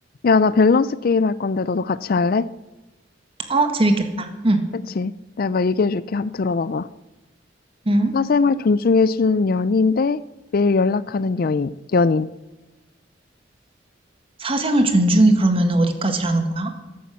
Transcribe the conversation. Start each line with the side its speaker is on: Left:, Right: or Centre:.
Left: 야, 나 밸런스 게임 할 건데 너도 같이 할래?
Right: 어, 재밌겠다. 응.
Left: 그치? 내가 막 얘기해 줄게. 한번 들어봐봐.
Right: 응.
Left: 사생활 존중해 주는 연인 대 매일 연락하는 여인, 연인.
Right: 사생활 존중이 그러면 어디까지라는 거야?